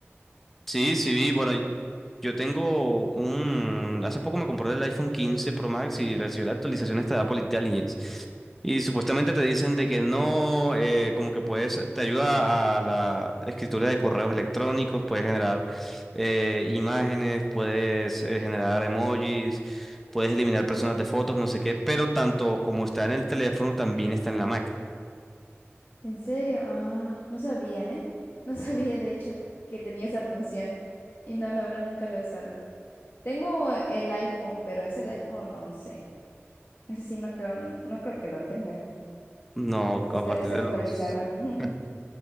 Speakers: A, in the centre; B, on the left.
A: Sí, sí vi, bueno. Yo tengo un... Hace poco me compré el iPhone 15 Pro Max y recibió la actualización esta de Apple Intelligence. Y supuestamente te dicen de que no, eh, como que puedes, te ayuda a la escritura de correos electrónicos, puedes generar eh, imágenes, puedes eh, generar emojis, puedes eliminar personas de fotos, no sé qué, pero tanto como está en el teléfono, también está en la Mac.
B: ¿En serio? Ah, no sabía, ¿eh? <laughs> No sabía, de hecho, que tenía esa función. Y no, la verdad, nunca la he usado. Tengo el iPhone, pero es el iPhone once. Ese sí, no creo, no creo que lo tenga.
A: No,
B: Creo que este
A: a
B: está
A: partir
B: desactualizado.
A: de los...
B: <laughs>
A: <laughs>